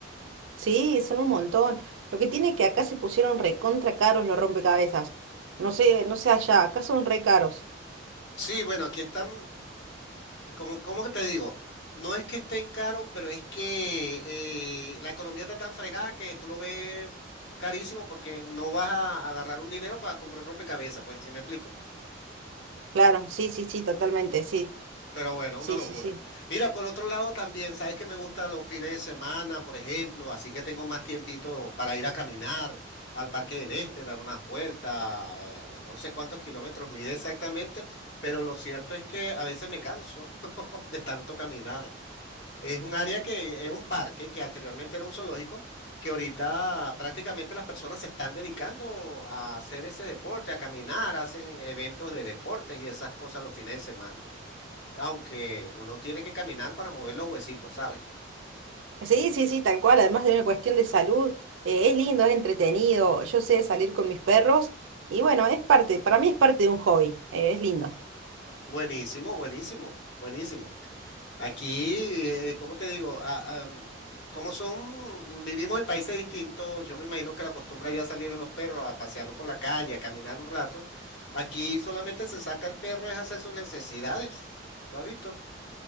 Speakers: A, on the right; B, on the left.
A: Sí, son un montón. Lo que tiene que acá se pusieron recontra caros los rompecabezas. No sé, no sé allá, acá son re caros.
B: Sí, bueno, aquí están, como, ¿cómo que te digo? No es que estén caros, pero es que eh, la economía está tan fregada que tú lo ves carísimo porque no vas a agarrar un dinero para comprar un rompecabezas, pues, si me explico?
A: Claro, sí, sí, sí, totalmente, sí.
B: Pero bueno,
A: Sí,
B: una locura.
A: sí, sí.
B: Mira, por otro lado también, sabes que me gustan los fines de semana, por ejemplo, así que tengo más tiempito para ir a caminar al Parque del Este, dar unas vueltas, eh, no sé cuántos kilómetros mide exactamente, pero lo cierto es que a veces me canso <laughs> de tanto caminar. Es un área que es un parque que anteriormente era un zoológico, que ahorita prácticamente las personas se están dedicando a hacer ese deporte, a caminar, hacen eventos de deportes y esas cosas los fines de semana aunque uno tiene que caminar para mover los huesitos, ¿sabes?
A: Sí, sí, sí, tal cual, además de una cuestión de salud, eh, es lindo, es entretenido, yo sé salir con mis perros y bueno, es parte, para mí es parte de un hobby, eh, es lindo.
B: Buenísimo, buenísimo, buenísimo. Aquí, eh, ¿cómo te digo? Ah, ah, como son, vivimos en países distintos, yo me imagino que la costumbre ya salir a los perros a pasearlo por la calle, a caminar un rato. Aquí solamente se saca el perro es hacer sus necesidades. ¿Lo has visto?